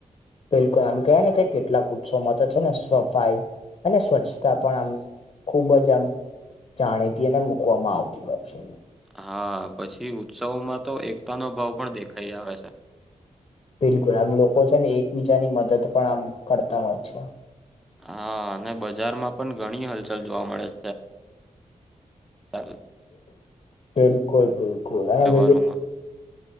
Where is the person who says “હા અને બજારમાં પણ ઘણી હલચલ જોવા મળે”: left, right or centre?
Centre